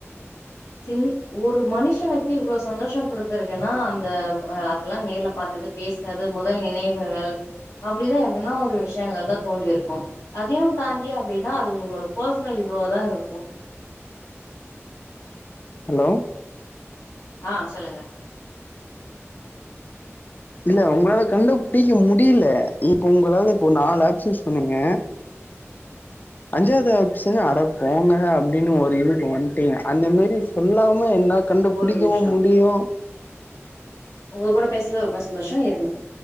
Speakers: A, on the left; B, on the left.
A: சின் ஒரு மனுஷனுக்கு இவ்ளோ சந்தோஷ குடுத்தருக்குன்னா அந்த அதெல்லா நேர்ல பாத்தது பேச தாது முதல் நினைவுகள் அப்டிதா எதனா ஒரு விஷ்யங்கள் தா தோண்டியிருக்கு அதையு தாண்டி அப்டின்னா அது உங்களோட பர்சனல் இதுவ தா இருக்கும்
B: ஹலோ
A: ஆ சொல்லுங்க
B: இல்ல உங்களால கண்டு புடிக்க முடியல இப்ப உங்களால இப்ப நாலு ஆப்சன்ஸ் சொன்னங்க அஞ்சாவது ஆப்ஷன் அடப்போங்கங்க அப்டின்னு ஒரு இதுக்கு வந்ட்டீங்க அந்த மேரி சொல்லாம என்ன கண்டுபிடிக்கவும்
A: ஒரு நிமிஷோ
B: முடியும்
A: உங்க கூட பேசுனதுல ரொம்ப சந்தோஷோ இருங்க